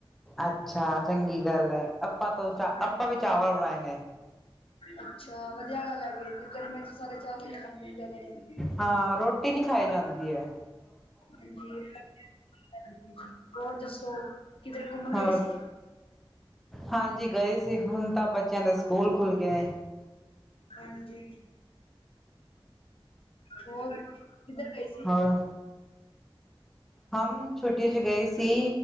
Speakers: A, in the centre; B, on the left (about 75°).
A: ਅੱਛਾ ਚੰਗੀ ਗੱਲ ਹੈ ਆਪਾਂ ਤੋਂ
B: ਹਾਂਜੀ
A: ਚ ਆਪਾਂ ਵੀ ਚਾਵਲ ਬਣਾਏ ਨੇ
B: ਅੱਛਾ ਵਧੀਆ ਗੱਲ ਹੈਗੀ ਜ ਗਰਮੀਆਂ ਚ ਸਾਰੇ ਚਾਵਲ ਹੀ ਖਾਂਦੇ ਨੇ ਜ਼ਿਆਦਾਤਰ
A: ਹਾਂ ਰੋਟੀ ਨੀ ਖਾਈ ਜਾਂਦੀ ਐ
B: ਹਾਂਜੀ ਹੋਰ ਦੱਸੋ ਕਿਧਰ ਘੁੰਮਣ
A: ਹੋਰ,
B: ਗਏ ਸੀ
A: ਹਾਂਜੀ ਗਏ ਸੀ ਹੁਣ ਤਾਂ ਬੱਚਿਆਂ ਦੇ ਸਕੂਲ ਖੁੱਲ੍ਹ ਗਏ
B: ਹਾਂਜੀ ਜੀ ਹੋਰ ਕਿੱਧਰ ਗਏ ਸੀ
A: ਹਾਂ, ਹਮ ਛੁੱਟੀ ਚ ਗਏ ਸੀ